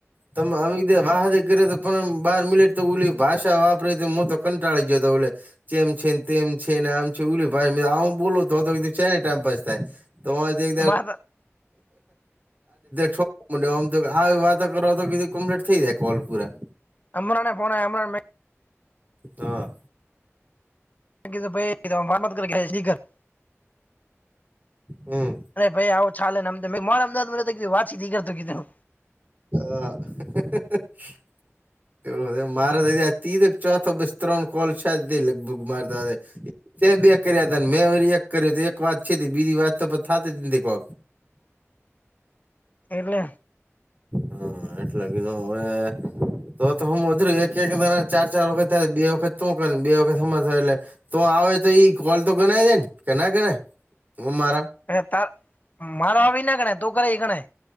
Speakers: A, on the right; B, on the left.
A: તમે આવી વાતો કરે, પણ બહાર મિલેટ તો ઓલી ભાષા વાપરે. મો તો કંટાળી ગયો તો અવડે. જેમ છે તેમ છે ને, આમ છે. ઉભું બોલ તો છે ને, ટાઈમપાસ થાય. તમારેે
B: માર
A: તો આવી વાત. તો તો બીજું કમ્પ્લીટ થઈ જાય, કોલ પુરા.
B: અમારે ર નાને-પોના અમરા મે.
A: હા.
B: ભ માર શીકર.
A: હમ.
B: અરે ભાઈ, આવો ચા ને, મે મા અમાદ નધ વાચી કરતો, દીધું.
A: હ. <unintelligible> એવું, માર તો તી ચોથ બસ ત્રણ કોલ છે, લગભગ મારતો હવે‌. તે બે કર્યા હતા ને, મેં વરી એક કર્યો. તો એક વાત છે, બીજી વાત તો થતી કો.
B: એટલે.
A: હા, એટલે કીધું હવે. તો તો હું અધરું એક-એક, ચાર-ચાર વખત થાય. બે વખત શું કરીને? બે વખત, અમણા થાય એટલે. તો આવે, તો ઈ કોલ તો ગણાય દે ને? કેના ગણાય મારા?
B: અને તારા-મારો આવી ના ગણાય? તું કરે, ગણાય.